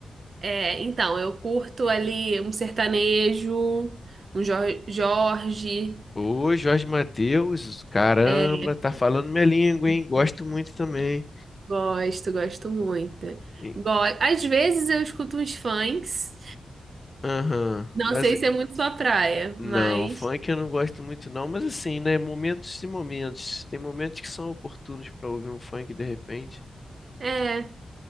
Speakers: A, on the right; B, on the left.
A: É, então, eu curto ali um sertanejo, um Jor- Jorge.
B: Ô, Jorge Mateus, caramba,
A: é,
B: tá falando minha língua, hein? Gosto muito também.
A: Gosto, gosto muito.
B: E-
A: Go- Às vezes eu escuto uns funks.
B: Aham.
A: Não
B: Mas
A: sei se é muito sua praia,
B: Não,
A: mas
B: funk eu não gosto muito não, mas assim, né, momentos e momentos. Tem momentos que são oportunos pra ouvir um funk de repente.
A: é.